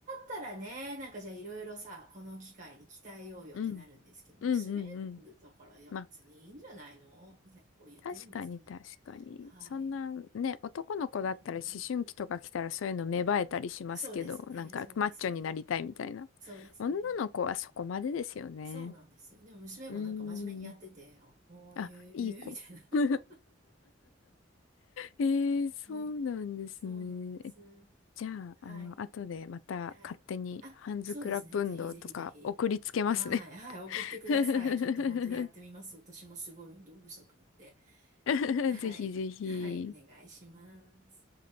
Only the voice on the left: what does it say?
うんうんうんうん。
まあ、確かに確かに。
そんな、ね、男の子だったら思春期とか来たらそういうの芽生えたりしますけど、
なんかマッチョになりたいみたいな。
女の子はそこまでですよね。
うーん。
あ、いい子。
<laughs> えー、
そうなんですね。
えじゃあ、
あの、後でまた勝手にハンズクラップ運動とか送りつけますね。
<laughs>
<laughs>
ぜひぜひ。